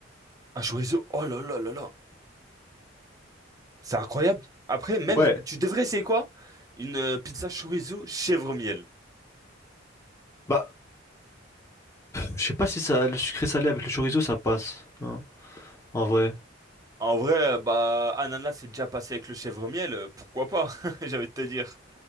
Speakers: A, on the right; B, on the left.
A: Un chorizo, oh là là là là. C'est incroyable. Après, même,
B: Ouais,
A: tu devrais essayer quoi? Une euh, pizza chorizo chèvre miel.
B: bah, je sais pas si ça, le sucré salé avec le chorizo, ça passe, hein, en vrai.
A: En vrai, euh, bah, ananas, c'est déjà passé avec le chèvre miel, euh, pourquoi pas? <laughs> j'avais envie de te dire.